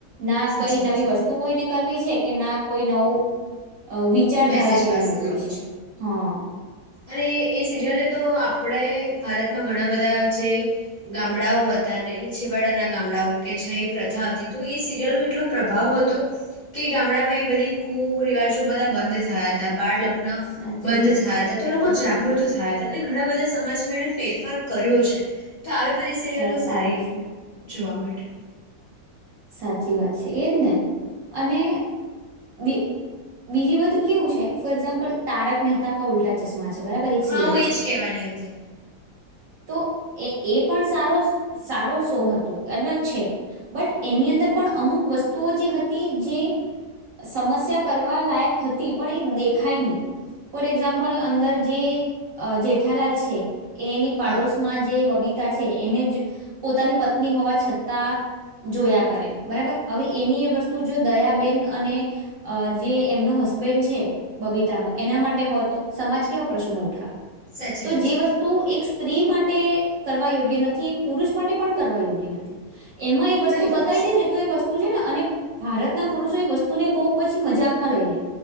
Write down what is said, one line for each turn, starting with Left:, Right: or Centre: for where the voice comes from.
Right: ના
Left: સાચી
Right: કઈ
Left: વાત
Right: નવી
Left: છે.
Right: વસ્તુ કોઈને કરવી છે કે ના કોઈ નવું. અ વિચારધારા
Left: મેસેજ
Right: કોઈને
Left: પાસ
Right: મૂકવી
Left: કરાવું
Right: છે હા.
Left: અને એ સિરિયલને તો આપણે ભારતમાં ઘણા બધા જે ગામડાઓ હતા ને છેવાડાના ગામડાઓ કે જ્યાં એ પ્રથા હતી તો એ સિરિયલ ન એટલો પ્રભાવ હતો કે ગામડામાં એ બધી કુરિવાજો બધા બંધ થયા હતા બાળ લગ ન
Right: સાચી
Left: બંધ
Right: વાત
Left: થાત
Right: છે સાચી
Left: લોકો
Right: વાત
Left: જાગૃત
Right: છે
Left: થયા તે ન ઘણા બધા સમાજમાં એને ફેરફાર કર્યો છે. તો આવી બધી સિરિયલો
Right: સાચી
Left: સારી
Right: વાત છે
Left: જોવા માટ. <inaudible>
Right: સાચી વાત છે. એજ ને અને બી બીજી બધું કેવું છે ફોર એક્ઝામ્પલ તારક મહેતા કા ઉલ્ટા ચશ્મા છે. બરાબર એક
Left: હા
Right: સિરિયલ
Left: હું એજ
Right: છે
Left: કહેવાની હતી.
Right: તો એ એ પણ સારો સારો શો હતો અલગ છે બટ એની અંદર પણ અમુક વસ્તુઓ જે હતી જે સમસ્યા કરવા લાયક હતી પણ એ દેખાય નહી ફોર એક્ઝામ્પલ અંદર જે જેઠાલાલ છે એ પાડોશમાં
Left: હા.
Right: જે બબીતા છે એને જ પોતાની પત્ની હોવા છતાં જોયા કરે બરાબર હવે એની એ વસ્તુ જો દયાબેન અને જે એમનો હસબેન્ડ છે બબીતાનો એના માટે હોય તો સમાજ કેવા પ્રશ્નો ઉઠાવે
Left: સાચી
Right: તો
Left: વાત
Right: જે
Left: છે
Right: વસ્તુ એક સ્ત્રી માટે કરવા યોગ્ય નથી એક પુરુષ માટે પણ કરવા યોગ્ય નથી એમાં એ વસ્તુ
Left: હા
Right: બતાવી
Left: તો છે
Right: દે ને તો એ વસ્તુ વતુ છે ને અને ભારત ના પુરુષો એ વસ્તુનેહુ પછી મજાકમાં લઈ લે